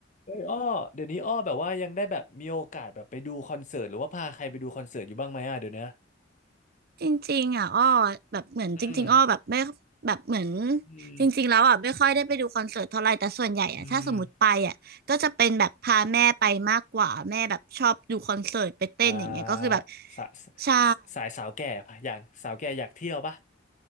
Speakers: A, on the left; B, on the right.
A: เฮ้ยอ้อเดี๋ยวนี้อ้อแบบว่ายังได้แบบมีโอกาสแบบไปดูคอนเสิร์ตหรือว่าพาใครไปดูคอนเสิร์ตอยู่บ้างไหมอ่ะเดี๋ยวเนี้ย
B: จริงๆอ่ะอ้อแบบเหมือนจริงๆอ้อแบบไม่แบบเหมือน
A: อืมอืม
B: จริงๆแล้วอ่ะไม่ค่อยได้ไปดูคอนเสิร์ตเท่าไหร่แต่ส่วนใหญ่อ่ะถ้าสมมติไปอ่ะก็จะเป็นแบบพาแม่ไปมากกว่าแม่แบบชอบดูคอนเสิร์ตไปเต้นอย่างเงี้ยก็คือแบบ
A: อืมอ่าสาส
B: ใช่
A: สายสาวแก่ปะอยากสาวแก่อยากเที่ยวปะ